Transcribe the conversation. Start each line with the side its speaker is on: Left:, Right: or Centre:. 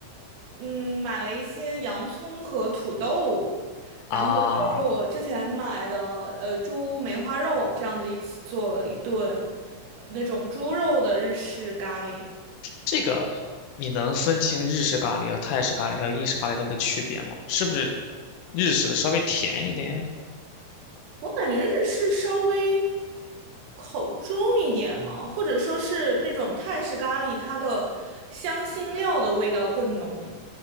Right: 嗯，买了一些洋葱和土豆，然后就是我之前买的呃猪梅花肉这样子一起做了一顿
Left: 啊，
Right: 呃那种猪肉的日式咖喱。
Left: 这个你能分清日式咖喱和泰式咖喱还有印式咖喱它们的区别吗？是不是日式的稍微甜一点？
Right: 我感觉日式稍微口重一点嘛，或者说是那种泰式咖喱，它的香辛料的味道更浓。